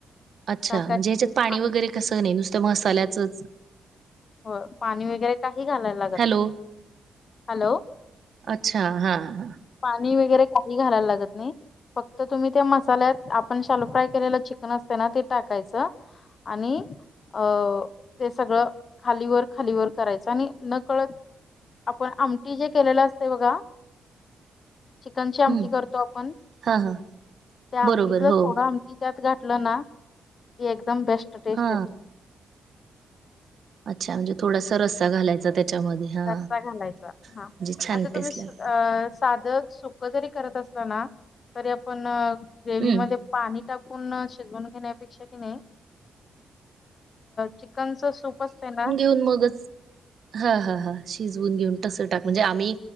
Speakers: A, on the right (about 55°); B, on the left (about 45°).
A: अच्छा,
B: टाकायचं
A: म्हणजे ह्याच्यात पाणी
B: आणि
A: वगैरे कसं नाही. नुसत मसाल्याचं
B: हो पाणी वगैरे काही घालायला लागत
A: हॅलो
B: नाही. हॅलो.
A: अच्छा हा ह.
B: पाणी वगैरे काही घालायला लागत नाही. फक्त तुम्ही त्या मसाल्यात. आपण शालो फ्राय केलेलं चिकन असते ना. ते टाकायचं. आणि अ ते सगळं खालीवर खालीवर करायचं आणि नकळत आपण आमटी जे केलेलं असते बघा. चिकनची आमटी
A: हम्म
B: करतो आपण.
A: हा हा
B: त्या आमटीतलं
A: बरोबर हो
B: थोडं आम टी त्यात घातलं ना. की एकदम बेस्ट टेस्ट
A: हा
B: येते.
A: अच्छा म्हणजे थोडासा रस्सा घालायचा त्याच्यामध्ये. हा
B: रसा घालायचा. हा
A: म्हणजे छान
B: आता
A: टेस्ट
B: तुम्ही
A: लागते
B: अ साध सुक जरी करत असलं ना, तरी आपण ग्रेवीमध्ये
A: हम्म
B: पाणी टाकून शिजवून घेण्यापेक्षा की नाही चिकनचं सूप असतं ना,
A: तुन मगच. ह ह ह शिजवून घेऊन तसं टाक, म्हणजे आम्ही